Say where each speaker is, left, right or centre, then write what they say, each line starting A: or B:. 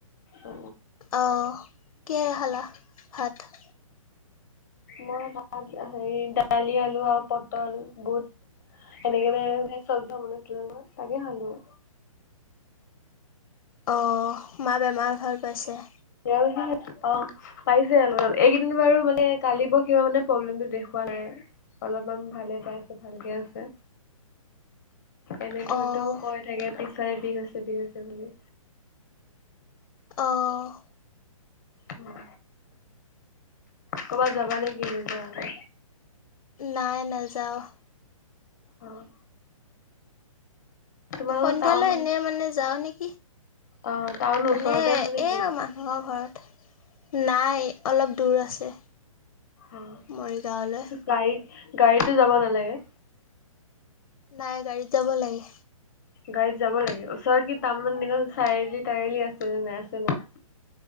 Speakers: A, on the left (about 30°); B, on the left (about 65°).
A: অ
B: অহ, কিহে খালা ভাত?
A: মই ভাত, হেৰি দালি আলু আৰু পটল বুট। এনেকেনে চব মনছিলে মই তাকে খালোঁ।
B: অ, মা ৰ বেমাৰ ভাল পাইছে?
A: অ, পাইছে আৰু অলপ। এইকেইদিন বাৰু মানে কালি ব কিবা মানে প্ৰব্লেমটো দেখুৱালে। অলপমান ভালে পাইছে ভালকে আছে। এনেইতো
B: অঁ
A: একদম কৈ থাকে পিছফালে বিষ হৈছে বিষ হৈছে বুলি।
B: অ',
A: উম, ক'বাত যাবা নেকি নিজা হলে।
B: নাই নাযাওঁ।
A: অ', তোমালোকৰ
B: সন্ধিয়ালৈ
A: টাউন
B: এনে মানে যাও নেকি?
A: অ টাউনৰ
B: মানে
A: ওচৰতে
B: এ
A: আছে নেকি
B: আৰু মানুহৰ ঘৰত। নাই অলপ দূৰ আছে।
A: অ'
B: মৰিগাঁৱলৈ
A: কি গাড়ীত গাড়ীটো যাব নালাগে।
B: নাই গাড়ীত যাব লাগে।
A: গাড়ীত যাব লাগে ওচৰত কি তাৰমানে চাৰিআলি তাৰিআলি আছে নে নাই আছে নে।